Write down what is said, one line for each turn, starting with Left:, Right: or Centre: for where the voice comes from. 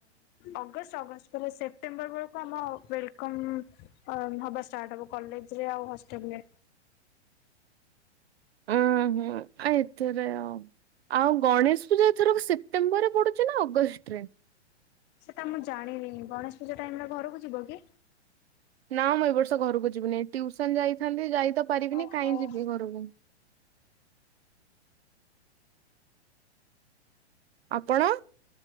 Left: ଅଗଷ୍ଟ ଅଗଷ୍ଟ ସେପ୍ଟେମ୍ବର ବେଳକୁ ଆମ ୱଲ ହାର୍ଟ ହବ କଲେଜରେ ଆଉ ହଷ୍ଟେଲରେ।
Right: ଉଁ ହୁଁ ଆ ଏଥିରେ ଆଉ ଆଉ ଗଣେଶ ପୂ ଏଥର ସେପ୍ଟେମ୍ବର ରେ ପଡୁଚି ନା ଅଗଷ୍ଟ ରେ
Left: ସେଟା ମୁଁ ଜାଣିନି ଗଣେଶ ପୂଜା ଟାଇମ୍ ରେ ଘରକୁ ଯିବ କି
Right: ନା ମୁଁ ଏ ବର୍ଷ ଘରକୁ ଯିବିନି ଟିୟୁସନ ଯାଇଥାନ୍ତି ଯାଇ ତ ପାରିବିନି
Left: ଓହୋ
Right: କଇଁ ଯିବି ଘରକୁ ଆପଣ